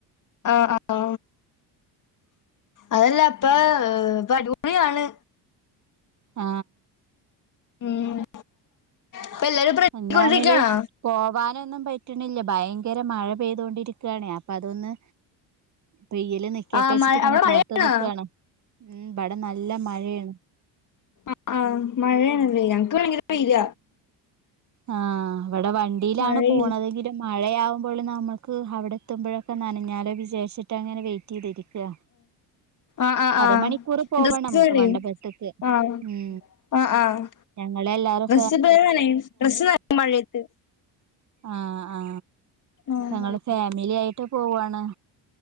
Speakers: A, on the left (about 45°); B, on the right (about 40°).
A: ങാ ങാ അതല്ല ഇപ്പൊ അടിപൊളിയാണ്
B: ആ
A: ഉം ഇപ്പ എല്ലാരും ഇപ്പ റെഡിയായിക്കൊണ്ടിരിക്കാണോ
B: എന്നാണേലും പോവാനൊന്നും പറ്റ്‌ണില്ല ഭയങ്കര മഴ പെയ്തൊണ്ടിരിക്കാണ് അപ്പൊ അതൊന്ന് പെയ്യല് നിക്കട്ടെച്ചിട്ട്
A: ആ മഴ
B: ഇങ്ങനെ
A: അവടെ
B: കാത്തു
A: മഴയാണോ
B: നിക്കാണ് ഉം ഇവിടെ നല്ല മഴയാണ്
A: <unintelligible> ഇപ്പം ഇല്ല
B: ആഹ ഇവിടെ വണ്ടിയിലാണ്
A: മഴയില്ല
B: പോണതെങ്കിലും മഴയാകുമ്പോള് നമുക്ക് അവിടെ എത്തുമ്പോഴൊക്കെ നനഞ്ഞാലോ വിചാരിച്ചിട്ടാണ് അങ്ങനെ വെയും <unintelligible> തിരിക്ക്യ
A: ആഹ് ആഹ്
B: അരമണിക്കൂർ
A: ആഹ്
B: പോവണം
A: ഡ്രസ്സ്
B: നമുക്ക്
A: നനയും
B: മഡപത്തക്ക്
A: ആഹ്
B: ഉം
A: ആഹ് ആഹ്
B: ഞങ്ങളെ എല്ലാരും
A: <unintelligible> നനയും തന്നെ ഡ്രസ്സ്‌ നനയും മഴയത്ത്
B: ആ ആ
A: ആഹ്
B: ഞങ്ങള് ഫാമിലി ആയിട്ട് പോവാണ്